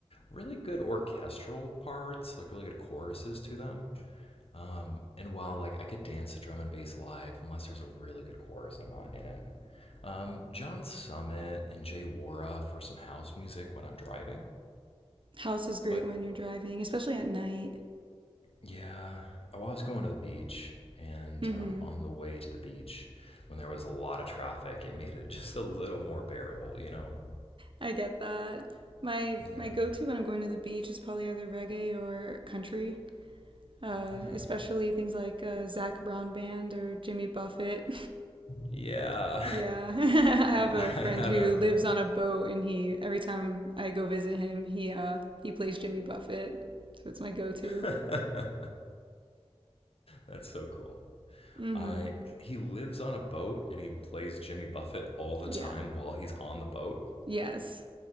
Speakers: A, on the left; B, on the right.
A: really good orchestral parts, like really good choruses to them. Um, and while like I could dance to drum and bass live, unless there's a really good chorus, I'm not in it. Um, John Summit and Jay Wara for some house music when I'm driving.
B: House is great
A: But
B: when you're driving, especially at night.
A: Yeah. Oh, I was going to the beach, and
B: Mm-hmm.
A: um, on the way to the beach, when there was a lot of traffic, it made it <laughs> just a little more bearable, you know?
B: I get that. My
A: Yeah.
B: my go to when I'm going to the beach is probably either reggae or country, uh,
A: Yeah.
B: especially things like uh, Zach Brown Band or Jimmy Buffett.
A: Yeah.
B: <laughs> yeah, <laughs> I have a
A: <laughs> I
B: friend
A: haven't.
B: who lives on a boat, and he every time I go visit him, he uh, he plays Jimmy Buffett, so it's my go to.
A: <laughs> That's so cool.
B: Mm-hmm.
A: I he lives on a boat and he plays Jimmy Buffett all the
B: Yeah.
A: time while he's on the boat.
B: Yes.